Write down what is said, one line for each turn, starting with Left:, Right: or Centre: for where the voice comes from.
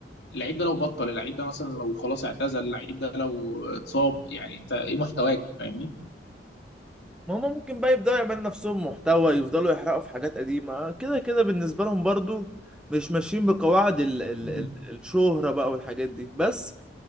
Left: اللعيب ده لو بطل اللعيب ده مثلا لو خلاص اعتزل اللعيب ده لو اتصاب يعني انت ايه محتواك فاهمني
Centre: ما هما ممكن بقى يبدأوا يعملوا نفسهم محتوى يفضلوا يحرقوا في حاجات قديمة كده كده بالنسبة لهم برضو مش ماشيين بقواعد ال ال
Left: امم
Centre: ال الشهرة بقى والحاجات دي بس